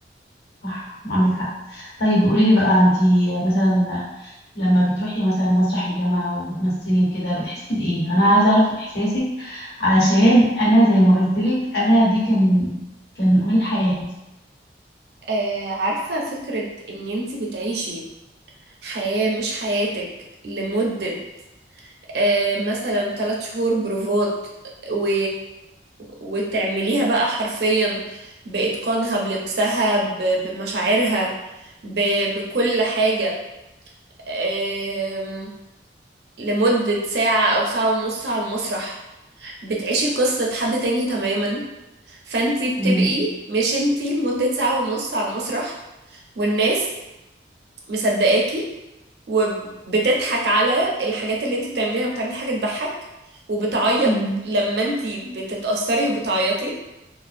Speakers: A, on the left; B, on the right.
A: صح عندك حق طيب قولي لي بقى انتي مثلا لما بتروحي مثلا مسرح الجامعة وبتمثلي وكده بتحسي بإيه؟ يعني أنا عايزة أعرف إحساسك علشان أنا زي ما قلتلك أنا دي كان كان أمنية حياتي
B: آه عارفة فكرة ان انتي بتعيشي حياة مش حياتك لمدة آه، مثلا ثلاث شهور بروفات و... وتعمليها بقى حرفيا بإتقانها بلبسها ب... بمشاعرها ب... بكل حاجة آم، لمدة ساعة أو ساعة ونص على المسرح بتعيشي قصة حد تاني تماما فانتي بتبقي
A: مم.
B: مش انتي لمدة ساعة ونص على المسرح والناس مصدقاكي وبتضحك على الحاجات اللي انت بتعمليها بتعملي حاجة تضحك وبتعيط
A: مم.
B: لما انت بتتأثري وبتعيطي